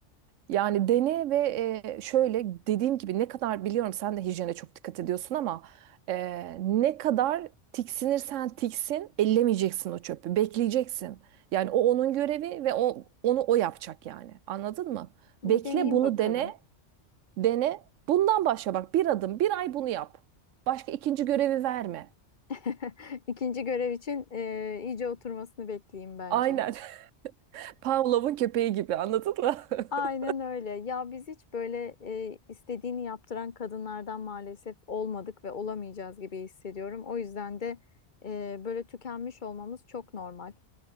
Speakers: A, on the right; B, on the left.
A: yani dene ve e, şöyle dediğim gibi ne kadar biliyorum sen de hijyene çok dikkat ediyorsun ama e, ne kadar tiksinirsen tiksin ellemeyeceksin o çöpü. Bekleyeceksin. Yani o onun görevi ve o onu o yapacak yani. Anladın mı?
B: Bir
A: Bekle
B: deneyeyim
A: bunu
B: bakalım.
A: dene, dene. Bundan başla bak bir adım, bir ay bunu yap. Başka ikinci görevi verme.
B: <laughs> İkinci görev için eee, iyice oturmasını bekleyeyim bence.
A: Aynen. <laughs> Pavlov'un köpeği gibi anladın mı?
B: Aynen
A: <laughs>
B: öyle. Ya biz hiç böyle e, istediğini yaptıran kadınlardan maalesef olmadık ve olamayacağız gibi hissediyorum. O yüzden de e, böyle tükenmiş olmamız çok normal.